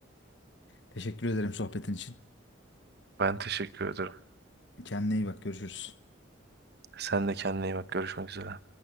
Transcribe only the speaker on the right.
Ben teşekkür ederim.
Sen de kendine iyi bak. Görüşmek üzere.